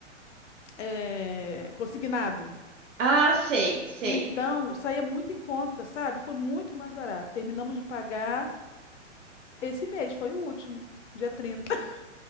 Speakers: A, on the left (about 75°); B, on the right (about 80°).
A: É, consignado.
B: Ah, sei, sei.
A: Então, saía muito em conta, sabe? Foi muito mais barato. Terminamos de pagar. Esse mês foi o último, dia 30. <laughs>